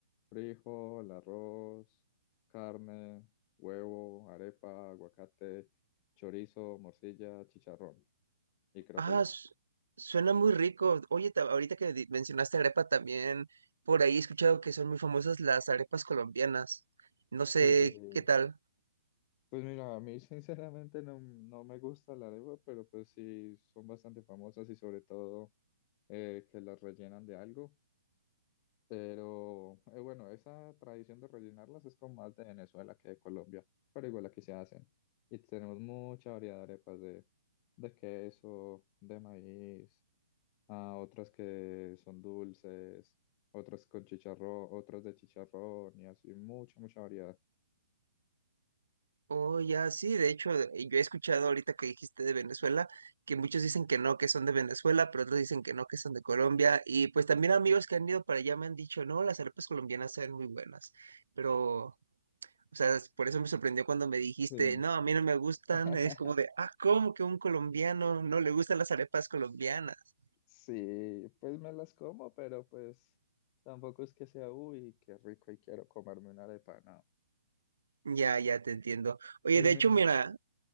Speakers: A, on the left (about 30°); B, on the right (about 85°).
A: frijol, arroz, carne, huevo, arepa, aguacate, chorizo, morcilla, chicharrón. Y creo
B: Ah,
A: que ya.
B: s- suena muy rico. Oye, ta- ahorita que di- mencionaste arepa también, por ahí he escuchado que son muy famosas las arepas colombianas. No
A: Sí,
B: sé qué tal.
A: pues mira, a mí <laughs> sinceramente no, no me gusta la arepa, pero pues sí son bastante famosas y sobre todo eh, que las rellenan de algo. Pero eh, bueno, esa tradición de rellenarlas es como más de Venezuela que de Colombia, pero igual aquí se hacen. Y tenemos mucha variedad de arepas de, de queso, de maíz, ah, otras que son dulces, otras con chicharrón, otras de chicharrón y así, mucha, mucha variedad.
B: Oh, ya, sí, de hecho, eh, yo he escuchado ahorita que dijiste de Venezuela, que muchos dicen que no, que son de Venezuela, pero otros dicen que no, que son de Colombia. Y pues también amigos que han ido para allá me han dicho, no, las arepas colombianas saben muy buenas. Pero O sea, por eso me sorprendió cuando me dijiste,
A: Sí.
B: no, a mí no me gustan.
A: <laughs>
B: Es como de, ah, ¿cómo que un colombiano no le gustan las arepas colombianas?
A: Sí, pues me las como, pero pues tampoco es que sea, uy, qué rico y quiero comerme una arepa, no.
B: Ya, ya te entiendo. Oye,
A: Pero
B: de
A: mira.
B: hecho, mira,